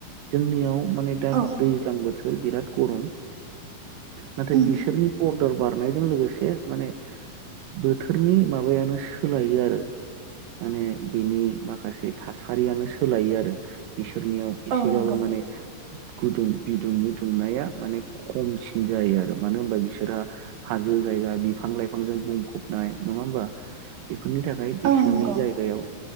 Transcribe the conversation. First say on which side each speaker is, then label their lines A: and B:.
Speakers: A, on the right; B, on the right.
A: जोंनियाव माने दा
B: औ
A: दैज्लां बोथोर बिराद गरम। नाथाय
B: उम
A: बिसोरनि बर्दार बारनायजों लोगोसे माने बोथोरनि माबायानो सोलायो आरो। माने बिनि माखासे थासारियानो सो सोलायो आरो बिसोरनियाव एसेबाबो
B: औ नंगौ
A: माने गुदुं बिदुंनि दुंनाया माने खमसिन जायो आरो मानो होनबा बिसोरहा हाजो जायगा बिफां-लाइफांजों बुंफबनाय नङा होमबा बेफोरनि थाखाय बिसोरनि
B: औ नंगौ
A: जायगायाव